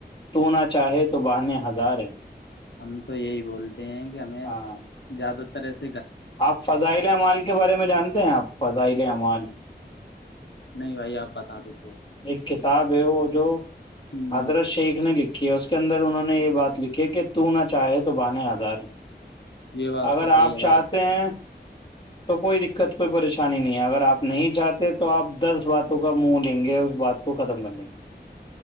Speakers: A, on the left; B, on the left.
A: تو نہ چاہے تو بہے ہزار ہے <unintelligible> <unintelligible>
B: ہم تو یہی بولتے ہیں کہ ہمیں
A: ہاں
B: زیادہ <unintelligible> <unintelligible> طرح سے <unintelligible> <unintelligible>
A: آپ فضائل اعمال کے بارے میں جانتے <unintelligible> <unintelligible> ہیں آپ فضائل امان <unintelligible> <unintelligible>
B: نہیں بھائی آپ بتا دو <unintelligible>
A: ایک <unintelligible> <unintelligible> صحب ہو ہو جوو <unintelligible> <unintelligible>
B: ہ
A: حضرت شیخ نے لکھی <unintelligible> <unintelligible> اس کے اندر انہوں نے یہ بات لکھی کہ تو نہ <unintelligible> <unintelligible> چاہے تو بانے آدار ہیں
B: یہ بات
A: اگر
B: تو صحیح
A: آپ
B: ہے بھائی
A: چاہتے ہیں <unintelligible> <unintelligible> تو کوئی دقت کوئی پریشانی نہیں ہے اگر آپ نہیں چاہتے تو آپ دس باتوں کا منہ لیں گے اس <unintelligible> <unintelligible> بات کو ختم کرنے کی <unintelligible> <unintelligible>